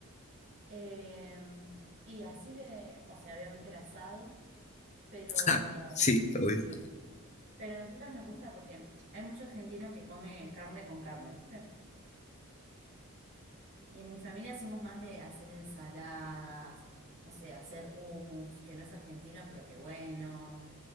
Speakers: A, on the right; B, on the left.
A: Eh, y así de, o sea, obviamente el asado, pero,
B: Ja, Sí, obvio.
A: pero a nosotros nos gusta porque hay mucho argentino que come carne con carne, ¿viste? Y en mi familia somos más de hacer ensaladas, no sé, hacer hummus, que no es argentino, pero que bueno.